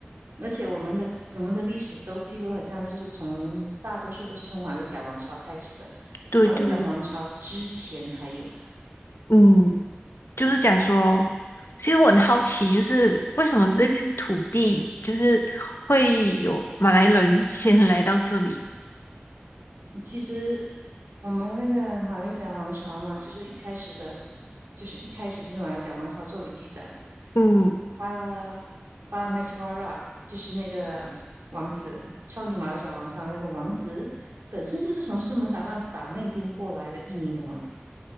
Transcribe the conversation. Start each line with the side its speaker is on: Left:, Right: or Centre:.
Right: 而且我们的记我们的历史都记录好像就是从大多数都是从马六甲王朝开始的，
Left: 对对，
Right: 马六甲王朝之前还有的。
Left: 嗯。就是讲说，其实我很好奇，就是为什么这片土地就是会有马来人
Right: 嗯哼，
Left: <laughs> 先来到这里？
Right: 其实我们那个马六甲王朝嘛，就是一开始的，就是一开始就是马六甲王朝作为记载嘛。
Left: 嗯
Right: 巴拉巴拉梅斯瓦拉，就是那个王子，创立马六甲王朝的那个王子，本身就是从苏门答腊岛那边过来的印尼的王子。